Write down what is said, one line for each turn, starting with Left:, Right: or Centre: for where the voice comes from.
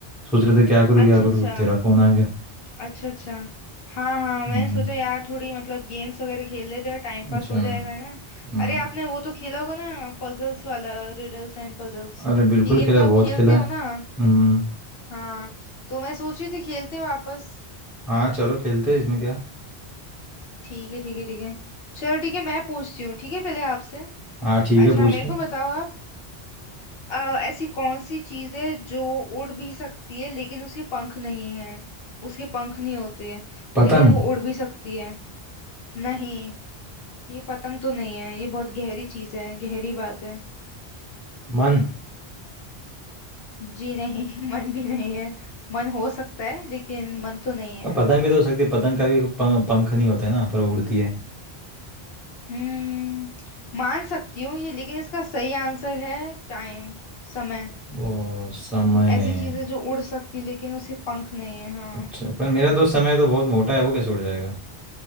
Centre: सोच रहे थे क्या करूँ
Left: अच्छा
Centre: क्या करूँ
Left: अच्छा
Centre: तेरा फ़ोन आ गया
Left: अच्छा अच्छा हाँ हाँ मैंने
Centre: हम्म
Left: सोचा यार थोड़ी मतलब गेम्स वगैरह खेल लेते हैं टाइम
Centre: अच्छा
Left: पास हो जाएगा है ना
Centre: हम्म
Left: अरे आपने वो तो खेला होगा ना पजल्स वाला रिडल्स एंड पजल्स
Centre: अरे बिल्कुल
Left: ये गेम
Centre: खेला
Left: तो
Centre: है,
Left: आप
Centre: बहुत
Left: खेलते
Centre: खेला
Left: हो
Centre: है
Left: ना
Centre: हम्म
Left: हाँ तो मैं सोच रही थी खेलते हैं वापस
Centre: हाँ चलो खेलते हैं इसमें क्या
Left: ठीक है ठीक है ठीक है चलो ठीक है मैं पूछती हूँ ठीक है पहले आपसे
Centre: हाँ ठीक
Left: अच्छा
Centre: है पूछ
Left: मेरे
Centre: ले
Left: को बताओ आप अ, ऐसी कौन सी चीज है जो उड़ भी सकती है लेकिन उसके पंख नहीं है उसके पंख नहीं होते हैं
Centre: पतंग
Left: लेकिन वो उड़ भी सकती है नहीं ये पतंग तो नहीं है ये बहुत गहरी चीज है गहरी बात है
Centre: मन
Left: जी नहीं <laughs> मन भी नहीं है मन हो सकता है लेकिन मन तो नहीं है
Centre: अब पतंग भी तो हो सकती है पतंग का भी पंख, पंख नहीं होता है ना पर वो उड़ती है
Left: हम्म मान सकती हूँ ये लेकिन इसका सही आंसर है टाइम समय
Centre: ओ समय
Left: ऐसी चीज है जो उड़ सकती लेकिन उसके पंख नहीं है हाँ
Centre: अच्छा पर मेरा दोस्त समय तो बहुत मोटा है वो कैसे उड़ जाएगा